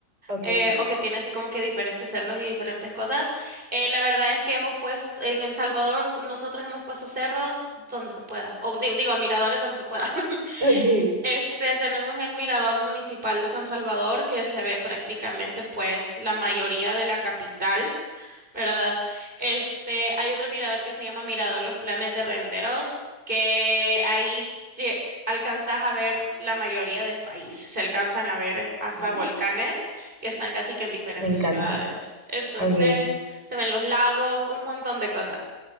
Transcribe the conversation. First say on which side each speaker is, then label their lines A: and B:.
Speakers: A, on the right; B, on the right.
A: Ok,
B: eh, o que tiene así como que diferentes cerros y diferentes cosas. Eh, la verdad es que hemos puesto, en El Salvador, nosotros hemos puesto cerros donde se pueda, o di- digo, miradores donde se pueda. <laughs>
A: Ok.
B: Este, tenemos el Mirador Municipal de San Salvador, que se ve prácticamente pues la mayoría de la capital. ¿verdad? Este, hay otro mirador que se llama Mirador Los Planes de Renderos, que ahí lle- alcanzas a ver la mayoría del país. Se alcanzan a ver hasta
A: ok,
B: volcanes que están casi que en diferentes
A: me encanta.
B: ciudades. Entonces,
A: Ok,
B: se ven los lagos, un montón de cosas.